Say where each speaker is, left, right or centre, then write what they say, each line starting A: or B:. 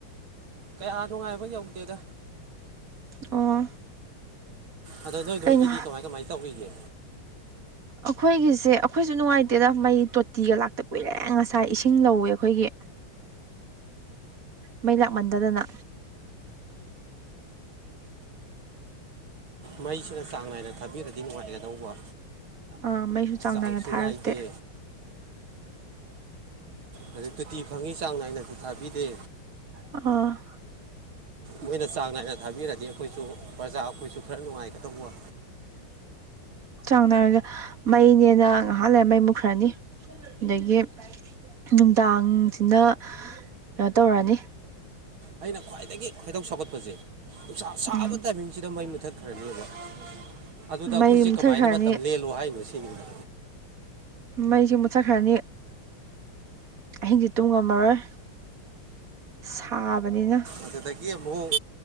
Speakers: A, on the right (about 70°); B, on the right (about 40°).
A: ꯀꯌꯥ ꯅꯨꯡꯉꯥꯏꯕ ꯌꯧꯗꯦꯗ
B: ꯑꯣ
A: ꯑꯗꯣ ꯅꯣꯏ
B: ꯀꯩꯅꯣ
A: ꯅꯣꯏꯒꯤꯗꯤ ꯀꯃꯥꯏ ꯀꯃꯥꯏ ꯇꯧꯕꯈꯤꯒꯦ
B: ꯑꯩꯈꯣꯏꯒꯤꯁꯦ ꯑꯩꯈꯣꯏꯁꯨ ꯅꯨꯡꯉꯥꯏꯇꯦꯗ ꯃꯩ ꯇꯣꯇꯤꯒ ꯂꯥꯛꯇ ꯀꯨꯏꯔꯦ ꯉꯁꯥꯏ ꯏꯁꯤꯡ ꯂꯧꯋꯦ ꯑꯩꯈꯣꯏꯒꯤ ꯃꯩ ꯂꯥꯛꯃꯟꯗꯗꯅ
A: ꯃꯩꯁꯤꯅ ꯆꯥꯡ ꯅꯥꯏꯅ ꯊꯥꯕꯤꯔꯛꯦ ꯗꯤ ꯅꯨꯡꯉꯥꯏꯒꯗꯧꯕ
B: ꯑꯥ ꯃꯩꯁꯨ ꯆꯥꯡ
A: ꯆꯥꯡꯁꯨ
B: ꯅꯥꯏꯅ ꯊꯥꯔꯛꯇꯦ
A: ꯅꯥꯏꯗꯦ ꯑꯗꯨꯗ ꯇꯣꯇꯤ ꯐꯪꯉꯤ ꯆꯥꯡ ꯅꯥꯏꯅꯗꯤ ꯊꯥꯕꯤꯗꯦ
B: ꯑ
A: ꯃꯣꯏꯅ ꯆꯥꯡ ꯅꯥꯏꯅ ꯊꯥꯕꯤꯔꯗꯤ ꯑꯩꯈꯣꯏꯁꯨ ꯄ꯭ꯔꯖꯥ ꯑꯩꯈꯣꯏꯁꯨ ꯈꯔ ꯅꯨꯡꯉꯥꯏꯒꯗꯧꯕ
B: ꯆꯥꯡꯅꯔꯒ ꯃꯩꯅꯦꯅ ꯉꯥꯏꯍꯥꯟ ꯂꯩ ꯃꯩ ꯃꯨꯈ꯭ꯔꯅꯤ ꯑꯗꯒꯤ ꯅꯨꯡꯗꯥꯡꯁꯤꯅ ꯀꯩꯅꯣ ꯇꯧꯔꯅꯤ
A: ꯑꯩꯅ ꯈ꯭ꯋꯥꯏꯗꯒꯤ ꯈꯣꯏꯗꯧ ꯁꯧꯒꯠꯄꯁꯦ ꯅꯨꯡꯁꯥ ꯁꯥꯕ
B: ꯎꯝ
A: ꯇꯥꯏꯃꯤꯡꯁꯤꯗ ꯃꯩ ꯃꯨꯊꯠꯈ꯭ꯔꯅꯤꯕ ꯑꯗꯨꯗ ꯑꯩꯈꯣꯏꯁꯦ
B: ꯃꯩ ꯃꯨꯠꯊꯠꯈ꯭ꯔꯅꯤ
A: ꯀꯃꯥꯏꯅ ꯃꯇꯝ ꯂꯦꯜꯂꯨ ꯍꯥꯏꯅꯣ ꯁꯤꯅꯤꯗ
B: ꯃꯩꯁꯦ ꯃꯨꯠꯊꯠꯈ꯭ꯔꯅꯤ ꯑꯍꯤꯡꯁꯦ ꯇꯨꯝꯉꯝꯃꯔꯣꯏ ꯁꯥꯕꯅꯤꯅ
A: ꯑꯗꯨꯗꯒꯤ ꯑꯃꯨꯛ